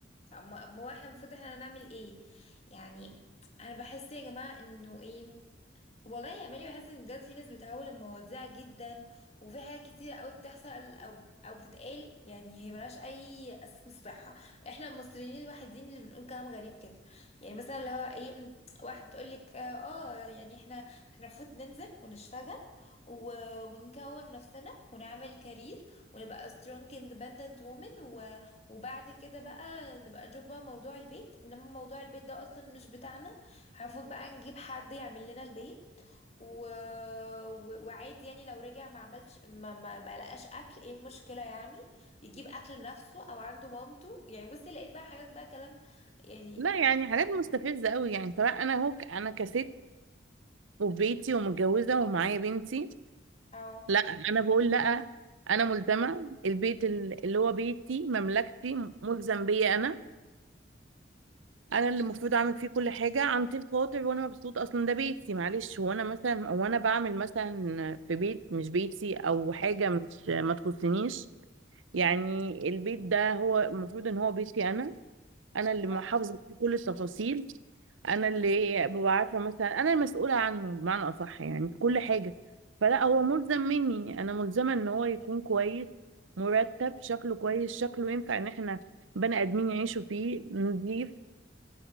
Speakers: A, on the left; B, on the right.
A: اما أما هو احنا المفروض احنا هنعمل ايه يعني انا بحس يا جماعه انه ايه والله يا اماني بحس ان بجد في ناس بتهول المواضيع جدا وفي حاجات كتير قوي بتحصل او او بتتقال يعني هي ملهاش اي اساس صحه احنا المصريين الوحيدين اللي بنقول كلام غريب كده يعني مثلا اللي هو ايه واحد تقول لك اه آه، يعني احنا احنا المفروض ننزل ونشتغل و... ونكون نفسنا ونعمل كارير ونبقى strong independent woman و... وبعد كده بقى نبقى نشوف بقى موضوع البيت انما موضوع البيت ده اصلا مش بتاعنا المفروض بقى نجيب حد يعمل لنا البيت و... و... وعادي يعني لو رجع ما عملش ما, ما... ما لقاش اكل ايه المشكله يعني يجيب اكل لنفسه او عنده مامته يعني بصي لقيت بقى حاجات بقى كلام يعني
B: لا يعني حاجات مستفزة قوي يعني سواء انا هو ك- انا كست وفي بيتي ومتجوزة ومعايا بنتي
A: اه
B: لا انا بقول لا انا ملزمة البيت ال- اللي هو بيتي مملكتي م- ملزم بيا انا انا اللي المفروض اعمل فيه كل حاجة عن طيب خاطر وانا مبسوط اصلا ده بيتي معلش هو انا مثلا وانا بعمل مثلا في بيت مش بيتي او حاجة مش ما تخصنيش يعني البيت ده هو المفروض ان هو بيتي انا انا اللي
A: اه
B: محافظه فيه كل التفاصيل انا اللي ببقى عارفه مثلا انا المسؤوله عنه بمعنى اصح يعني في كل حاجه فلا هو ملزم مني انا ملزمه ان هو يكون كويس مرتب شكله كويس شكله ينفع ان احنا بني ادمين يعيشوا فيه نضيف